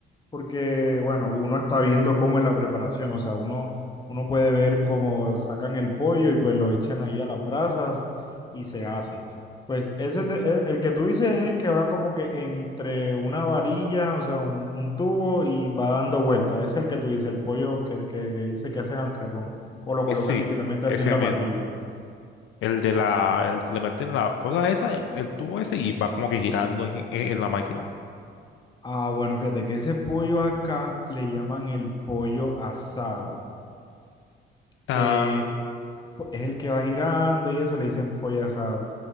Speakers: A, on the left; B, on the left.
A: porque, bueno, uno está viendo cómo es la preparación, o sea, uno, uno puede ver cómo sacan el pollo y pues lo echan ahí a las brasas y se hace. Pues ese te- el, el que tú dices es el que va como que entre una varilla, o sea, un, un tubo y va dando vuelta. Es el que tú dices, el pollo que, que, que dice que hacen al carbón o lo
B: Pues
A: colocan
B: sí,
A: literalmente
B: ese
A: así en la
B: mismo.
A: parrilla.
B: El de la, el que le meten la cosa esa, el tubo ese y va como que girando en en- en la máquina.
A: Ah, bueno, fíjate que ese pollo acá le llaman el pollo asado,
B: Ah,
A: que es el que va girando y eso le dicen pollo asado.